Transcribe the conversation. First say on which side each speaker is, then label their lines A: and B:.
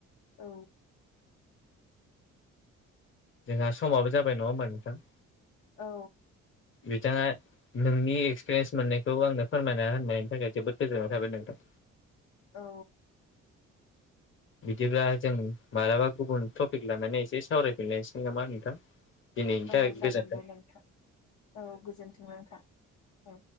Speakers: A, on the left; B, on the left.
A: औ।
B: जोंहा समाबो जाबाय नङा होमबा नोंथां?
A: औ।
B: बिथाङा नोंनि एक्सपिरियेन्स मोननायखौ आंनो फोरमायना होननायनि थाखाय जोबोद गोजोननाय थाबाय नोंथां।
A: औ।
B: बिदिब्ला जों मालाबा गुबुन टपिक लानानै एसे सावरायफिनलायसैगोन नामा नोंथां? दिनैनि थाखाय
A: औ जागोन
B: गोजोनथों
A: दे नोंथा औ गोजोन्थों नोंथा औ।